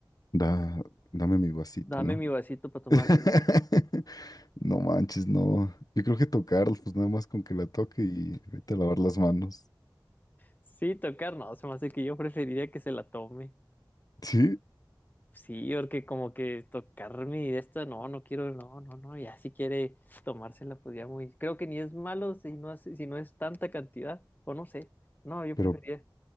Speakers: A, on the left (about 50°); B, on the left (about 25°).
A: da, dame mi vasito,
B: dame
A: ¿no?
B: mi vasito para tomármela.
A: <laughs> No manches, no. Yo creo que tocar, pues nada más con que la toque y vete a lavar las manos.
B: Sí, tocar, no, se me hace que yo preferiría que se la tome.
A: Sí,
B: Sí, porque como que tocar mi de esto, no, no quiero, no, no, no, ya si quiere tomársela, pues ya muy. Creo que ni es malo si no, hace- si no es tanta cantidad, o no sé. No, yo
A: pero
B: preferiría.